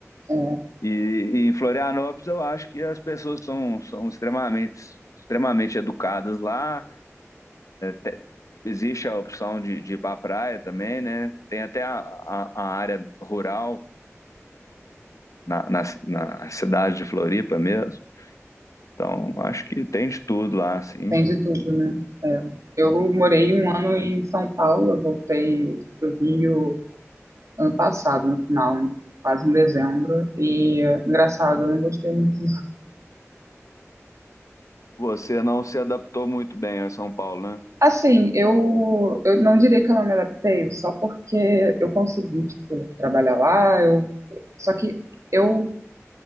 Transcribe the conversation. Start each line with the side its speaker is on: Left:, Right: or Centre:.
Right: É,
Left: E, e em Florianópolis eu acho que as pessoas são, são extremamente, extremamente educadas lá Te- Existe a opção de, de ir para a praia também, né? Tem até a, a, a área rural na, na, ci- na cidade de Floripa mesmo. Então, acho que tem de tudo lá, assim.
Right: tem de tudo, né? É. Eu morei um ano em São Paulo, eu voltei pro Rio ano passado, no final, quase em dezembro. E engraçado, eu não gostei muito
Left: Você não se adaptou muito bem a São Paulo, né?
Right: Assim, eu, eu não diria que eu não me adaptei, só porque eu consegui, tipo, trabalhar lá, eu, só que eu,